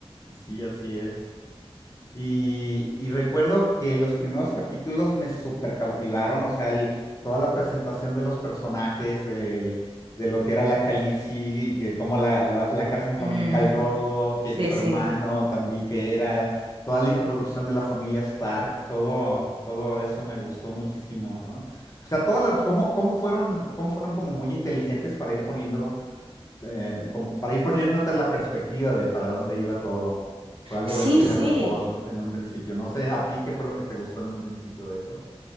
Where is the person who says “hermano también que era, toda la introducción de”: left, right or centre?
Left